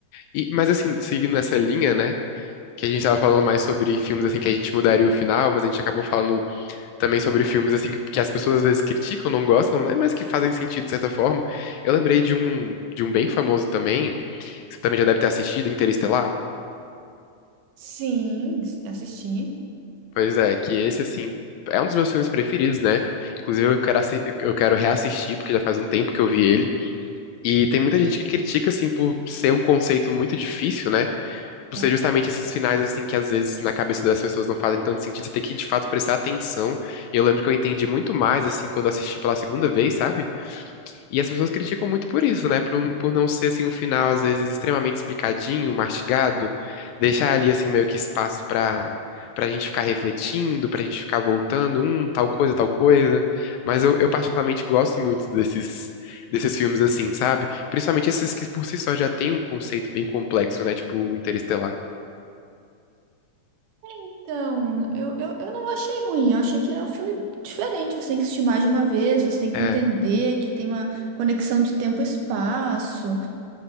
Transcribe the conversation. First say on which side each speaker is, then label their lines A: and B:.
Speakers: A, on the left (about 80°); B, on the right (about 90°).
A: E- mas assim, seguindo essa linha, né? Que a gente tava falando mais sobre filmes assim que a gente mudaria o final, mas a gente acabou falando também sobre filmes assim que, que as pessoas às vezes criticam, não gostam, né? Mas que fazem sentido de certa forma. Eu lembrei de um de um bem famoso também, que você também já deve ter assistido, Interestelar.
B: Sim, assisti.
A: Pois é, que esse assim é um dos meus filmes preferidos, né? Inclusive eu quero assi- eu quero reassistir porque já faz um tempo que eu vi ele. E tem muita gente que critica assim por ser um conceito muito difícil, né? Por
B: É.
A: ser justamente esses finais, assim, que às vezes na cabeça das pessoas não fazem tanto sentido, você tem que de fato prestar atenção. Eu lembro que eu entendi muito mais, assim, quando assisti pela segunda vez, sabe? E as pessoas criticam muito por isso, né? Por, um, por não ser, assim, um final, às vezes, extremamente explicadinho, mastigado, deixar ali, assim, meio que espaço pra, pra gente ficar refletindo, pra gente ficar voltando, hum, tal coisa, tal coisa. Mas eu, eu particularmente gosto muito desses, desses filmes, assim, sabe? Principalmente esses que por si só já têm um conceito bem complexo, né? Tipo, Interestelar.
B: Então, eu, eu, eu não achei ruim, eu achei que era um filme diferente. Você tem que assistir mais de uma vez, você tem
A: É.
B: que entender que tem uma conexão de tempo e espaço.